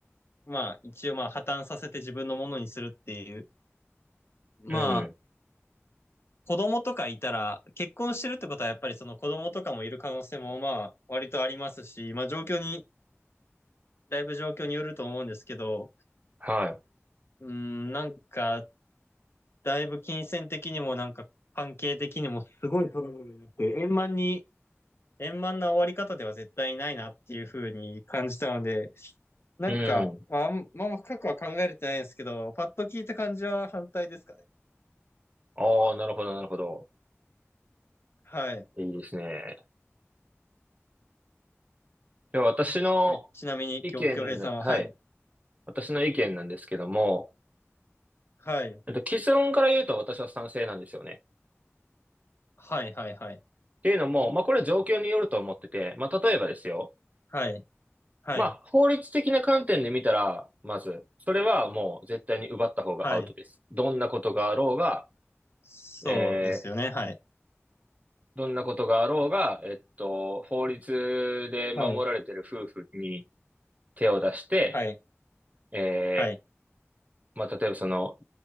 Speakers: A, on the left (about 55°); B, on the right (about 30°).
A: まあ、一応まあ、破綻させて自分のものにするっていう、まあ、
B: うん、
A: 子供とかいたら、結婚してるってことはやっぱりその子供とかもいる可能性もまあ割とありますし、まあ状況に、だいぶ状況によると思うんですけど、
B: は
A: うーん、なんか、だいぶ金銭的にもなんか関係的にもすごいトラブルになって、円満に、円満な終わり方では絶対ないなっていうふうに感じたので、なんか、
B: い、うん。
A: まあ、あんまあ、深くは考えれてないんですけど、パッと聞いた感じは反対ですかね。
B: ああ、なるほど、なるほど。
A: はい。
B: いいですね。では私の
A: え、ちなみに、
B: 意見、
A: きょ、京平さんは、
B: はい。
A: はい。
B: 私の意見なんですけども、
A: はい。
B: えっと、結論から言うと私は賛成なんですよね。
A: はい、はい、はい。
B: っていうのも、まあ、これは状況によると思ってて、まあ、例えばですよ。
A: はい。はい。
B: まあ、法律的な観点で見たら、まず、それはもう絶対に奪った方がアウトです。
A: はい。
B: どんなことがあろうが、
A: そうですよね。
B: えー
A: はい。
B: どんなことがあろうが、えっと、法律で守られている夫婦に
A: はい。
B: 手を出して、
A: はい。
B: え
A: はい。
B: まあ、例えばその、